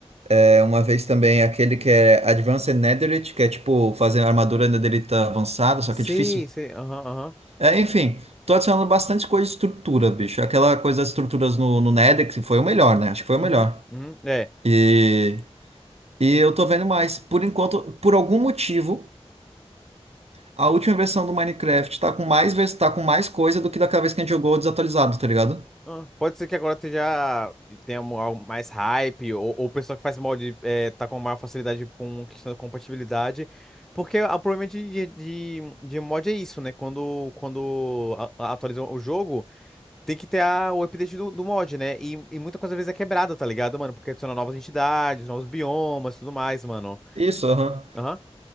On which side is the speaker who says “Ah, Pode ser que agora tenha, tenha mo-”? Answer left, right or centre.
Centre